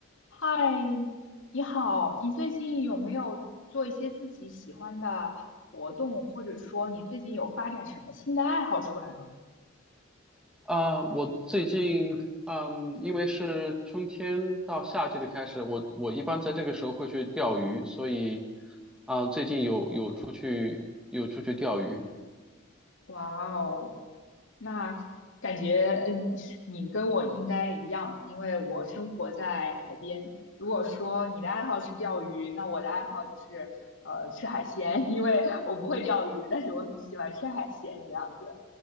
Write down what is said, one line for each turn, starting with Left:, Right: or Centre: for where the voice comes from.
Left: 嗨，你好，你最近有没有做一些自己喜欢的活动，或者说你最近有发展什么新的爱好出来吗？
Centre: 啊、我最近，嗯，因为是春天到夏季的开始，我我一般在这个时候会去钓鱼，所以，啊、最近有有出去有出去钓鱼。
Left: 哇哦，那感觉嗯，你是你跟我应该一样，因为我生活在海边。如果说你的爱好是钓鱼，那我的爱好就是呃吃海鲜，<laughs> 因为我不会钓鱼，但是我很喜欢吃海鲜这样子。